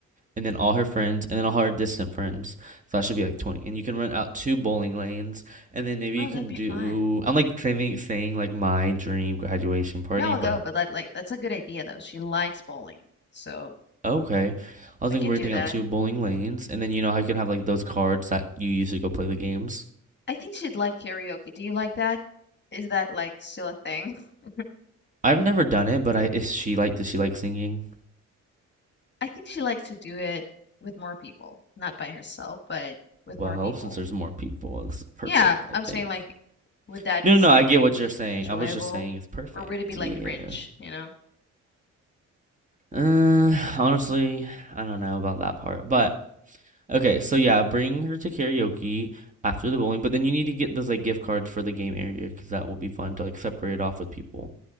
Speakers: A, on the right (about 25°); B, on the left (about 35°).
A: And then all her friends, and then all her distant friends. So that should be like 20. And you can rent out two bowling lanes, and then maybe
B: Oh,
A: you can
B: that'd be
A: do.
B: fun.
A: I'm like saying saying like my dream graduation party,
B: No,
A: but.
B: though, but that like that's a good idea though. She likes bowling. So,
A: Okay. I was,
B: we
A: like,
B: can
A: renting
B: do that.
A: out 2 bowling lanes, and then you know how you can have, like, those cards that you use to go play the games?
B: I think she'd like karaoke. Do you like that? Is that like still a thing? <laughs>
A: I've never done it, but I is she like does she like singing?
B: I think she likes to do it with more people, not by herself, but with
A: Well,
B: more people.
A: since there's more people, this is perfect,
B: Yeah,
A: I
B: I'm saying
A: think.
B: like, would that
A: No,
B: be
A: no,
B: something
A: no, I get what you're saying.
B: enjoyable,
A: I was just saying it's perfect.
B: or would it be like
A: Yeah.
B: cringe? You know?
A: Uh, honestly, I don't know about that part. But okay, so yeah, bring her to karaoke after the bowling, but then you need to get those like gift cards for the game area because that will be fun to like separate off with people.